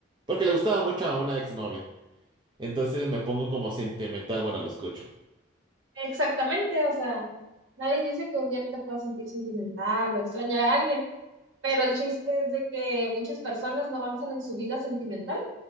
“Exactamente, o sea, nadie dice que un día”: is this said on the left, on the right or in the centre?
Right